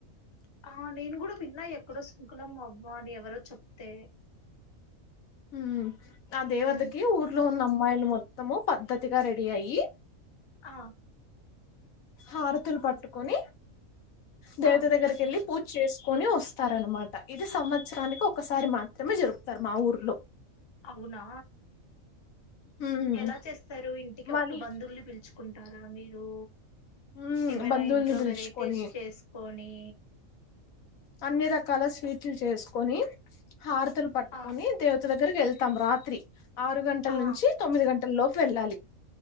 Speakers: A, on the left (about 25°); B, on the left (about 80°).
A: ఆ నేను గుడం విన్నా ఎక్కడో సుంకులమ్మ అవ్వ అని ఎవరో చెప్తే
B: హ్మ్ ఆ దేవతకి
A: ఉమ్
B: ఊర్లో ఉన్న అమ్మాయిలు మొత్తము పద్ధతిగా రెడీ అయ్యి
A: ఆ
B: హారతులు పట్టుకొని, దేవత
A: ఆ
B: దగ్గర్కెళ్ళి పూజ్చేస్కొని వస్తారన్నమాట ఇది సంవత్సరానికి ఒకసారి మాత్రమే జరుపుతారు మా ఊర్లో
A: అవునా
B: ఉమ్.
A: ఎలా చేస్తారు ఇంటికప్పు
B: మరి
A: బంధువుల్ని పిలుచుకుంటారా మీరు
B: ఉమ్,
A: ఏమైన
B: బంధువుల్ని
A: ఇంట్లో
B: పిలుచుకొని
A: వెరైటీస్ చేస్కోని
B: అన్ని రకాల స్వీట్లు చేస్కొని, హారతులు పట్టుకొని
A: ఆ
B: దేవ త దగ్గరికెళ్తాం రాత్రి. ఆరు గంటల్
A: ఆ
B: నుంచి తొమ్మిది గంటల్లోపు వెళ్ళాలి.